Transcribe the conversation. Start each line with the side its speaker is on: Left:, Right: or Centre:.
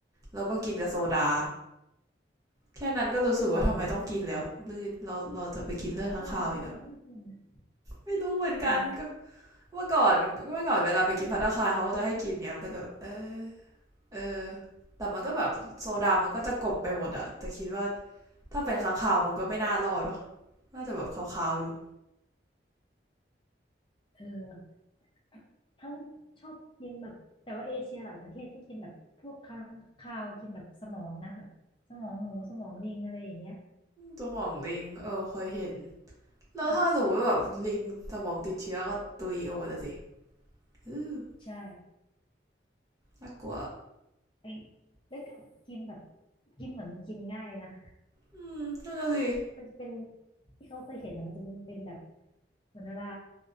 Right: แล้วก็กินกับโซดา แค่นั้นก็รู้สึกว่าทำไมต้องกินแล้วเลือดเราเราจะไปกินเลือดข้างคาวอีกอ่ะ
Left: อืมเออทำไมต้องกินนะ
Right: ไม่รู้เหมือนกันก็
Left: ใช่ไหม
Right: เมื่อก่อนเมื่อก่อนเวลาไปกินภัตตาคารเขาก็จะให้กินไงมันก็จะแบบเออเออแต่มันก็แบบโซดามันก็จะกบไปหมดอะแต่คิดว่าถ้าเป็นข้างคาวมันก็ไม่น่ารอดวะน่าจะแบบขาวๆอยู่
Left: เออเขาชอบกินแบบแต่ว่าเอเชียหลายประเทศก็กินแบบพวกค้างคาวกินแบบสมองนะแบบสมองหมูสมองลิงอะไรอย่างเงี้ย
Right: ตัวมองลิงเออเคยเห็นแล้วถ้าสมมติแบบลิงสมองติดเชื้อก็ตุยโอ้โหแต่สิ
Left: อืม
Right: ้
Left: ใช่
Right: น่ากลัว
Left: เอ้ยแล้วก็กินแบบกินเหมือนมันกินง่ายนะ
Right: อืมนั่นน่ะสิ
Left: มันจะเป็นที่เขาเคยเห็นนะมันจะเป็นแบบเหมือนเวลา